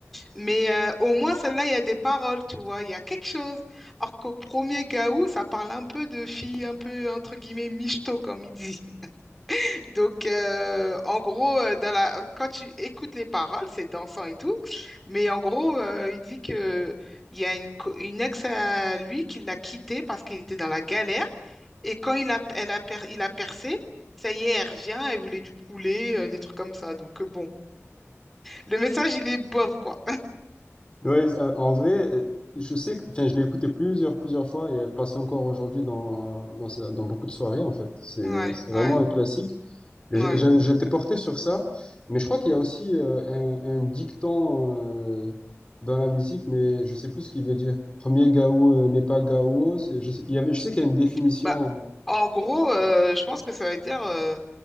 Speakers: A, in the centre; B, on the left (about 20°).
A: Mais euh, au moins, celle-là, il y a des paroles, tu vois, il y a quelque chose. Alors qu'au premier Gaou, ça parle un peu de filles, un peu, entre guillemets, michto, comme il dit. Donc, euh, en gros, euh, dans la... quand tu écoutes les paroles, c'est dansant et tout, mais en gros, euh, il dit que il y a une, co- une ex à lui qui l'a quitté parce qu'il était dans la galère, et quand il a, elle a per- il a percé, ça y est, elle revient, elle voulait du poulet, euh, des trucs comme ça. Donc, euh, bon, le message, il est bof, quoi.
B: Ouais, euh, en vrai, euh, je sais que, enfin, je l'ai écoutée plusieurs, plusieurs fois et elle passait encore aujourd'hui dans, dans, sa- dans beaucoup de soirées, en fait. C'est,
A: Ouais,
B: c'est vraiment
A: ouais,
B: un classique. Et
A: ouais.
B: j'- j'avais- J'étais porté sur ça, mais je crois qu'il y a aussi euh, un, un dicton euh, dans la musique, mais je sais plus ce qu'il veut dire. Premier gaou euh, n'est pas gaou. C'est, je sais, il y avait, je sais qu'il y a une définition.
A: Bah, en gros, euh, je pense que ça veut dire. euh,